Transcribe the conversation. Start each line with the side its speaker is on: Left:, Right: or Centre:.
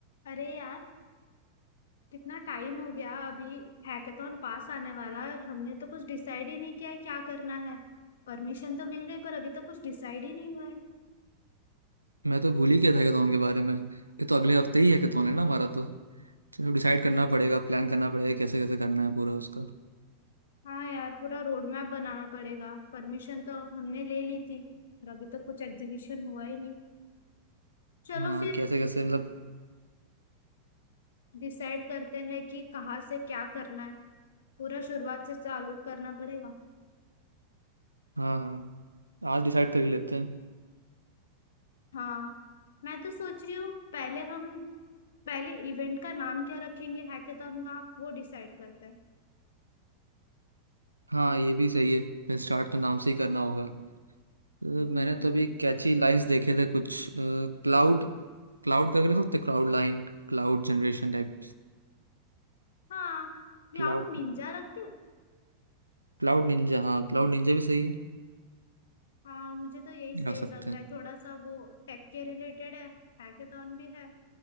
Left: अरे यार कितना टाइम हो गया अभी हैकेथॉन पास आने वाला है और हमने तो कुछ डिसाइड ही नहीं किया है क्या करना है परमिशन तो मिल गई पर अभी तो कुछ डिसाइड ही नहीं हुआ है
Right: मैं तो भूल ही गया था हैकाथॉन के बारे में ये तो अगले हफ्ते ही हैकाथॉन है ना हमारा तो चलो डिसाइड करना पड़ेगा प्लान करना पड़ेगा कैसे कैसे करना है पूरा उसका
Left: हाँ यार पूरा रोड मैप बनाना पड़ेगा परमिशन तो हमने ले ली थी पर अभी तो कुछ एग्जीक्यूशन हुआ ही नहीं चलो
Right: हाँ
Left: फिर
Right: कैसे कैसे मतलब
Left: डिसाइड करते हैं कि कहाँ से क्या करना है पूरा शुरुआत से चालू करना पड़ेगा
Right: हाँ हाँ आज डिसाइड कर ही लेते हैं
Left: हाँ मैं तो सोच रही हूँ पहले हम पहले इवेंट का नाम क्या रखेंगे हैकेथॉन का वो डिसाइड करते हैं
Right: हाँ ये भी सही है फिर स्टार्ट तो नाम से ही करना होगा तो
Left: हम्म
Right: मैंने तो अभी कैची लाइंस देखे थे कुछ क्लाउड क्लाउड करके रख सकते cloud line cloud generation type
Left: हाँ यार
Right: Cloud
Left: निंजा रख दे
Right: cloud ninja हाँ क्लाउड निंजा भी सही है
Left: हाँ मुझे तो यही सही
Right: रख सकते
Left: लग रहा
Right: हैं
Left: है थोड़ा सा वो टेक के रिलेटेड है हैकेथॉन भी है